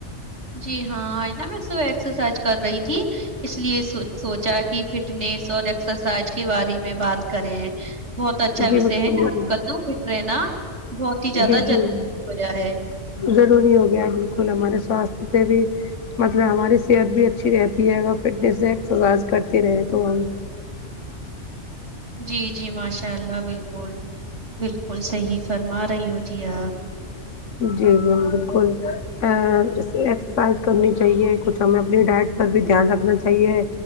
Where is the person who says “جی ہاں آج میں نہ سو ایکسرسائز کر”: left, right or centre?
Right